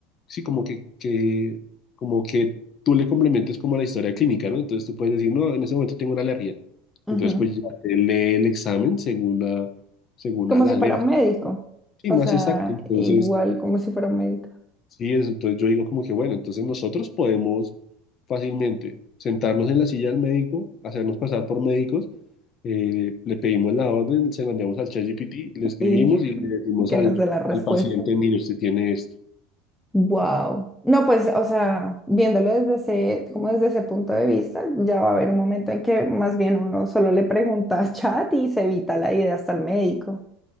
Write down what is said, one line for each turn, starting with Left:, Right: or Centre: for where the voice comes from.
Left: sí, como que, que, como que tú le complementes como la historia clínica, ¿no? Entonces tú puedes decir, no, en ese momento tengo una alergia.
Centre: ujú.
Left: Entonces pues ya te lee el examen según a, según
Centre: Como
Left: a la
Centre: si
Left: alergia.
Centre: fuera un médico,
Left: ¿no? Sí,
Centre: o
Left: más
Centre: sea,
Left: exacto. Entonces,
Centre: igual como si fuera un médico.
Left: Sí, eso, entonces yo digo como que, bueno, entonces nosotros podemos fácilmente sentarnos en la silla del médico, hacernos pasar por médicos, eh, le pedimos la orden, se la enviamos al ChatGPT, le escribimos
Centre: Y, <laughs>
Left: y le decimos
Centre: y que
Left: al,
Centre: nos dé la respuesta.
Left: al paciente, mire, usted tiene esto.
Centre: Wow. No, pues, o sea, viéndolo desde ese, como desde ese punto de vista, ya va a haber un momento en que más bien uno solo le pregunta a chat y se evita la idea hasta el médico.